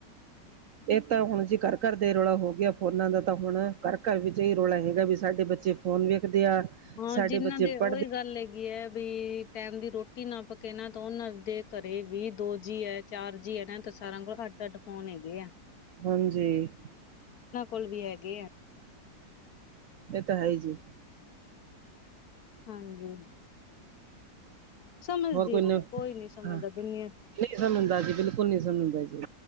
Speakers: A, on the right (about 65°); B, on the left (about 60°).
A: ਏ ਤਾਂ ਹੁਣ ਜੀ ਘਰ-ਘਰ ਦੇ ਰੌਲਾ ਹੋ ਗਿਆ ਫੋਨਾਂ ਦਾ ਤਾਂ ਹੁਣ ਘਰ-ਘਰ ਏਈ ਵਿੱਚ ਰੌਲਾ ਹੈਗਾ ਵੀ ਸਾਡੇ ਬੱਚੇ ਫ਼ੋਨ ਵੇਖਦੇ ਆ
B: ਹਾਂ
A: ਸਾਡੇ
B: ਜਿੰਨਾਂ
A: ਬੱਚੇ
B: ਦੇ ਉਹੀ
A: ਪੜ੍ਹਦੇ
B: ਗੱਲ ਹੈਗੀ ਐ ਵੀ, ਟੈਮ ਦੀ ਰੋਟੀ ਨਾ ਪਕੇ ਨਾ ਤਾਂ ਓਨਾਂ ਦੇ ਘਰੇ ਵੀ ਦੋ ਜੀ ਐ ਚਾਰ ਜੀ ਐ ਨਾ ਤਾਂ ਸਾਰਾਂ ਕੋਲ ਅੱਡ-ਅੱਡ ਫੋਨ ਹੈਗੇ ਐ।
A: ਹਾਂਜੀ।
B: ਕੋਲ ਵੀ ਹੈਗੇ ਆ।
A: ਏ ਤਾਂ ਹੈ ਈ ਜੀ।
B: ਹਾਂਜੀ। ਸਮਜਦੇ
A: ਹੋਰ ਨ
B: ਨੀ ਕੋਈ ਨੀ ਸਮਜਦਾ
A: ਹਾਂ
B: ਦੁਨੀਆਂ
A: ਨਹੀਂ ਸਮਜਦਾ ਜੀ ਬਿਲਕੁਲ ਨਹੀਂ ਸਮਜਦਾ ਜੀ।